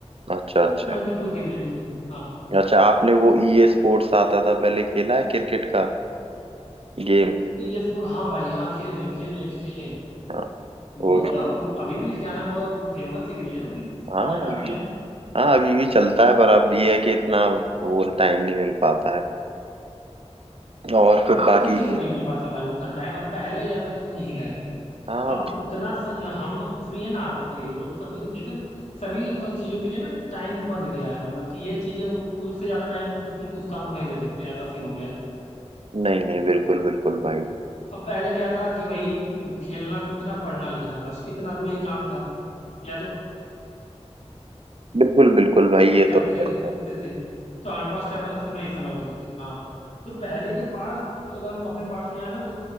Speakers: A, on the right; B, on the left.
A: अच्छा
B: मतलब
A: अच्छा
B: मल्टीपल गेम मैंने खेले हैं हाँ
A: अच्छा आपने वो ई स्पोर्ट्स आता था पहले खेला है क्रिकेट का गेम
B: ई एस फोर हाँ भाई हाँ खेले हैं खेले हैं खेले हैं
A: हाँ
B: वो
A: वो
B: तो अब- अभी भी क्या नाम फेमस सीरीज है अभी भी उसके
A: हाँ
B: पार्ट आते हैं
A: हाँ अभी भी चलता है पर अब ये है कि इतना वो टाइम नहीं मिल पाता है और
B: अब
A: फिर बाकी
B: किसी को नहीं मिल पाता भाई उतना टाइम अब पहले जैसा देखो नहीं रह गया है।
A: हाँ
B: अब उतना स, ना हम फ्री है ना आप फ्री हो सभी जैसे सभी को- चीजों के लिए ना एक टाइम बंध गया है मतलब कि ये चीजें उ- उससे ज्यादा टाइम उस, उस काम को नहीं दे सकते ऐसा सीन हो गया है
A: नहीं नहीं बिल्कुल बिल्कुल भाई
B: अब पहले क्या था कि वही उम, खेलना कूदना पढ़ना लिखना बस इतना दो ही काम था या तो
A: बिल्कुल बिल्कुल भाई
B: देखते
A: ये
B: थे या
A: तो
B: तो खेलते
A: है।
B: कूदते थे तो हमारे पास समय समय ही समय होती थी हाँ तो पहले के पास तो अगर हम अपने पास ले जाए ना तो